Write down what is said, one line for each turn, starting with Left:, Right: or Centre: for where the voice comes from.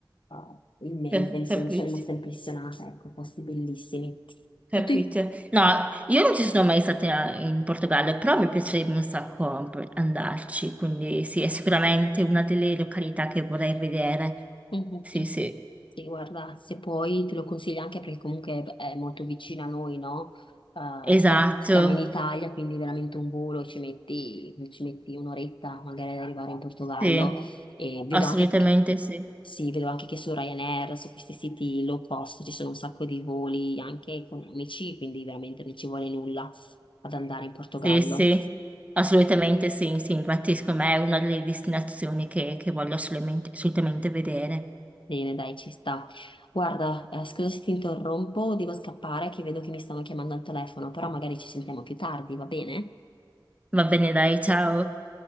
Left: eh, in mente,
Right: Ca-
Left: mi sono,
Right: capite,
Left: sono rimasta impressionata, ecco, posti bellissimi.
Right: capite.
Left: E tu?
Right: No, io non ci sono mai stata in Portogallo, però mi piacerebbe un sacco andarci, quindi sì, è sicuramente una delle località che vorrei vedere.
Left: Mhm.
Right: Sì,
Left: mhm.
Right: sì,
Left: Sì, guarda, se puoi te lo consiglio anche perché comunque è è molto vicino a noi, no? Eh,
Right: esatto,
Left: stia- stiamo in Italia, quindi veramente un volo ci metti, ci metti un'oretta magari ad arrivare in Portogallo
Right: sì,
Left: e vedo
Right: assolutamente
Left: anche che,
Right: sì,
Left: sì, vedo anche che su Ryanair, su questi siti low cost ci sono un sacco di voli anche economici, quindi veramente non ci vuole nulla ad andare in Portogallo.
Right: sì, sì, assolutamente sì, sì, infatti secondo me è una delle destinazioni che, che voglio assolutamente assolutamente vedere.
Left: Bene, dai, ci sta. Guarda, eh, scusa se ti interrompo, devo scappare che vedo che mi stanno chiamando al telefono, però magari ci sentiamo più tardi, va bene?
Right: Va bene, dai, ciao.